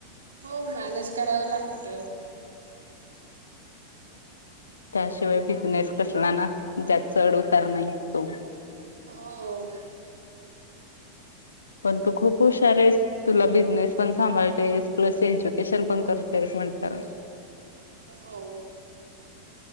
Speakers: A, on the right; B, on the left.
A: हो मॅनेज करावं लागत.
B: त्याशिवाय बिझनेस कसला ना ज्यात चढउतार नाही तो.
A: हो..
B: पण तू खूप हुशार आहेस तुला बिझनेस पण सांभाळतेस प्लस एज्युकेशन पण करतेस. म्हणताल.
A: हो.